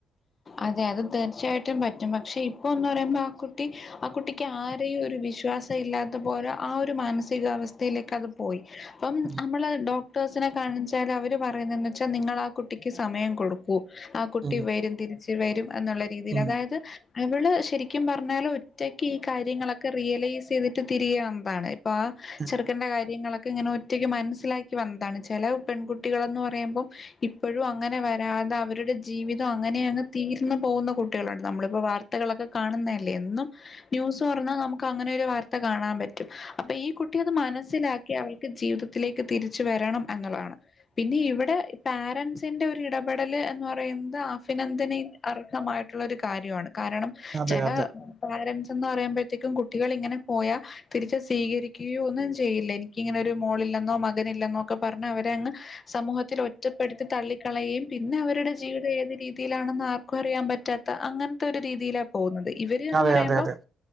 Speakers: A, on the left (about 40°); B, on the right (about 35°).
A: അതെ അത് തീർച്ചയായിട്ടും പറ്റും പക്ഷെ ഇപ്പൊ എന്ന് പറയുമ്പോ ആ കുട്ടി ആ കുട്ടിക്ക് ആരെയും ഒരു വിശ്വാസം ഇല്ലാത്ത പോലെ ആ ഒരു മാനസികാവസ്ഥയിലേക്ക് അത് പോയി അപ്പം
B: ഉം.
A: നമ്മള് ഡോ ക്ടേഴ്സിനെ കാണിച്ചാൽ അവർ പറയുന്നതെന്ന് വെച്ചാൽ നിങ്ങൾ ആ കുട്ടിക്ക് സമയം കൊടു ക്കൂ. ആ കുട്ടി
B: ഉം.
A: വരും തിരിച്ച് വരും എന്നുള്ള രീതിയിൽ
B: ഉം.
A: അതായത് അവള് ശരിക്കും പറഞ്ഞാല് ഒറ്റക്ക് ഈ കാര്യങ്ങളൊക്കെ റിയലൈസ് ചെയ്തിട്ട് തിരികെ വന്നതാണ് അപ്പ ആ
B: ഉം.
A: ചെറുക്കന്റെ കാര്യങ്ങളൊക് ക്കെ ഇങ്ങനെ ഒറ്റയ്ക്ക് മനസ്സിലാക്കി വന്നതാണ് ചില പെൺകുട്ടികൾന്ന് പറയുമ്പോം ഇപ്പൊഴും അങ്ങനെ വരാതെ അവരുടെ ജീവിതം അങ്ങനെയങ്ങ് തീർന്ന് പോകുന്ന കുട്ടികളാണ് നമ്മളിപ്പോ വാർത്തകളൊക്കെ കാണുന്നല്ലേ എന്നും ന്യൂസ് തുറന്നാ നമുക്ക് അങ്ങനെ ഒരു വാർത്ത കാണാൻ പറ്റും അപ്പൊ ഈ കുട്ടി അത് മനസ്സിലാക്കി അവൾക്ക് ജീവിതത്തിലേക്ക് തിരിച്ചു വരണം എന്നുള്ളതാണ് പിന്നെ ഇവിടെ പാരൻറ്സിന്റെ ഒരു ഇടപെടല് എന്ന് പറയുന്നത് ആഭിനന്ദനെ അർഹമായിട്ടുള്ള ഒരു കാര്യമാണ് കാരണം
B: അതെ,
A: ചെല
B: അതെ.
A: പാരൻറ്സ് എന്ന് പറയുമ്പോഴത്തേക്കും കുട്ടികളിങ്ങനെ പോയാ തിരിച്ച് സ്വീകരിക്കുകയോ ഒന്നും ചെയ്യില്ല എനിക്കിങ്ങനെരു മോളില്ലെന്നോ മകനില്ലെന്നോ ഒക്കെ പറഞ്ഞ് അവരെ അങ്ങ് സമൂഹത്തിൽ ഒറ്റപ്പെടുത്തി തള്ളിക്കളയുകയും പിന്നെ അവരുടെ ജീവിതം ഏത് രീതിയിലാണെന്നാർ ക്കറിയൻ പറ്റാത്ത അങ്ങനത്തെ ഒരു രീതിയിലാ പോകുന്നത് ഇവര് എന്ന്
B: അതെ,
A: പറയുമ്പോ
B: അതെ, അതെ.